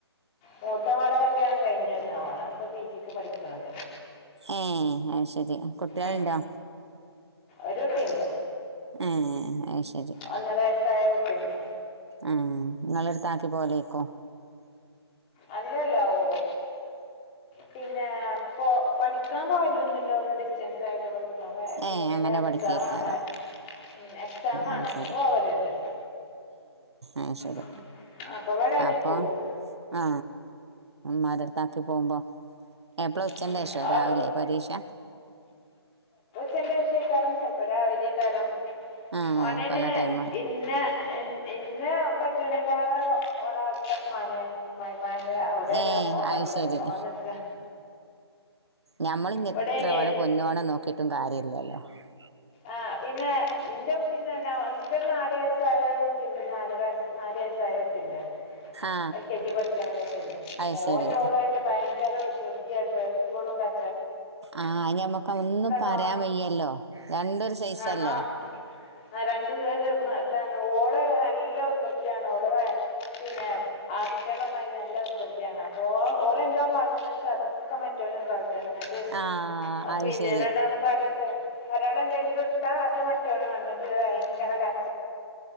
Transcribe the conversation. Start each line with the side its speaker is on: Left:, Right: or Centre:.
Left: മൂത്ത മോളെ കല്യാണം കഴിഞ്ഞ ആളാണ് ഇപ്പൊ പി ജിക്ക് പഠിക്കണത്
Right: ഏ അയ്ശെരി കുട്ടിളുണ്ടോ
Left: ഉം. ഒരു കുട്ടിണ്ട്
Right: ആ അയ്ശ
Left: ഒന്നര വയസ്സായ കു ട്ടിണ്ട്
Right: ഉം നിങ്ങളടുത്താക്കി പോലേകു
Left: അല്ലല്ല ഓ പിന്നെ പോ പഠിക്കാൻ പോവില്ലൊന്നില്ല ഓള് ഡിസ്റ്റൻസ് ആയിട്ട് പഠി <unintelligible> പ്പം
Right: ഏ അങ്ങനെ
Left: എക്സാം
Right: പഠിക്കേക്കാരോ
Left: ആണ് ഉം എക്സാം
Right: അത്
Left: ആണ്
Right: ശരി
Left: ല്ലെ പോവലുണ്ട്
Right: ആ ശരി
Left: ഉം. അപ്പൊ ഇവിടെ ആക്കി
Right: അപ്പോ
Left: പോവും
Right: ആ മാരടത്താക്കി പോകുമ്പോ എപ്പള ഉച്ചന്റെേഷോ
Left: ഉം. ആള്
Right: രാവിലെ പരീക്ഷ
Left: ന്റെഷയക്കാരം ചെൽപ്പം രാവിലെക്കാരം
Right: ആ
Left: ഓനെ
Right: പല
Left: ന്നെ
Right: ടൈമാ
Left: ഇന്ന ഇന്ന <unintelligible> ഓള് അവിടെ പട്ടമ്മാനെ അമ്മായിമാന അവിടെയാണ്
Right: ഏ
Left: ഓ
Right: അത്
Left: അധികം
Right: ശരി
Left: ഓ നിക്ക
Right: ഞമ്മൾ ഇങ്ങ്
Left: ഇവിടേനേം
Right: എത്ര ഓരെ പൊന്നുപൊലെ നോക്കിയിട്ടും കാര്യലൃ <unintelligible>
Left: ആ പിന്നെ ഇന്റെ കുട്ടീനേ <unintelligible> എനിക്കൊരു നാല് വയസ്സായ കുട്ടിയുണ്ട് നാലര നാല് വയസ്സായ കുട്ടിയുണ്ട്
Right: ആ
Left: എൽ കെ ജി പഠിക്കണകുട്ടിയുണ്ട്
Right: അത്
Left: ഓനോളുആയിട്ട്
Right: ശരി
Left: ഭയങ്ക ചെല വികൃതിയായിട്ട് എപ്പോഴും കര
Right: ആ ഞമ്മക്ക് ഒന്നും പറയാൻ
Left: നോ
Right: വയ്യല്ലോ രണ്ടൊരു സൈസല്ലേ
Left: ആണോ ആ രണ്ടു പേര് മ് ഇതാണ് ഓള് നല്ല വികൃതിയാണ് ഓള് പിന്നെ ആൺകുട്ടികളെ മാരി നല്ല വികൃതിയാണ് അപ്പൊ ഓള എന്താ കാട്ടന്ന് വെച്ചാ അതൊക്കെ മറ്റോനും കാട്ടും <unintelligible>
Right: ആ അത്
Left: പിന്നെ
Right: ശരി
Left: രണ്ടാളും പാകട്ടെ അരാളെ എന്തെങ്കിലും ത്താ അത് മറ്റോന് വന്നിട്ട് ഇത് ഭയങ്കര കര